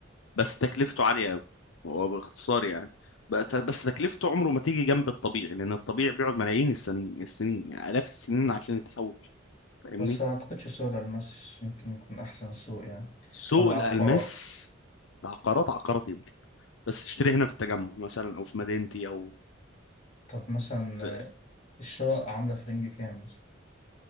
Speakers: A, on the left (about 80°); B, on the left (about 35°).
A: بس تكلفته عالية قوي هو باختصار يعني بس بس تكلفته عمره ما تيجي جنب الطبيعي لأن الطبيعي بيقعد ملايين السنين السنين يعني آلاف السنين عشان يتحول فاهمني
B: بس ما أعتقدش سوق الألماس ممكن يكون أحسن سوق يعني
A: سوق
B: طب العقارات
A: الألماس عقارات عقارات يمكن بس اشتري هنا في التجمع مثلا أو في مدينتي أو
B: طب مثلا
A: في
B: آه، الشقق عاملة في رينج كام مثلا